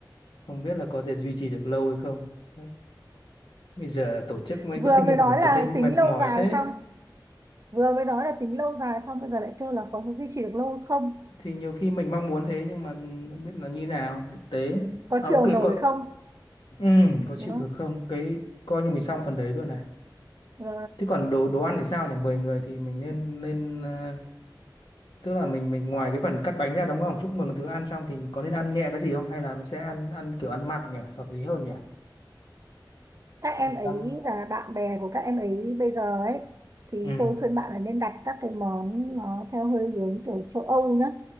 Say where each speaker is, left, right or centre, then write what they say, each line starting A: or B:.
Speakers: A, on the left; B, on the right.
A: không biết là có thể duy trì được lâu hay không đấy bây giờ tổ chức mấy
B: vừa
A: cái sinh
B: mới
A: nhật
B: nói
A: mà tôi
B: là
A: thấy mệt
B: tính lâu
A: mỏi
B: dài
A: thế
B: xong vừa mới nói là tính lâu dài xong bây giờ lại kêu là có duy trì được lâu không
A: thì nhiều khi mình mong muốn thế nhưng mà không biết là như nào thực tế
B: có
A: à ok
B: chiều nổi
A: coi
B: không
A: ừ, có chịu
B: đúng không
A: được không cái coi như mình xong phần đấy rồi này
B: Ờ,
A: thế còn đồ đồ ăn thì sao nhỉ 10 người thì mình nên nên ờ, tức là mình mình ngoài cái phần cắt bánh ra đúng không chúc mừng thứ ăn xong thì có nên ăn nhẹ cái gì không hay là mình sẽ ăn ăn kiểu ăn mặn nhỉ hợp lý hơn nhỉ
B: các em
A: Mình
B: ấy
A: ăn-
B: và bạn bè của các em ấy bây giờ ấy thì
A: ừ
B: tôi khuyên bạn là nên đặt các cái món nó theo hơi hướng kiểu châu Âu nhá